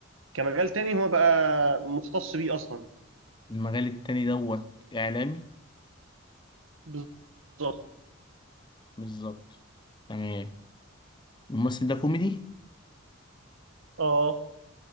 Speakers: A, on the right; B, on the left.
A: كمجال تاني هو بقى مختص بيه أصلا
B: المجال التاني دوت اعلامي
A: بالظبط
B: بالظبط تمام الممثل ده كوميدي
A: اه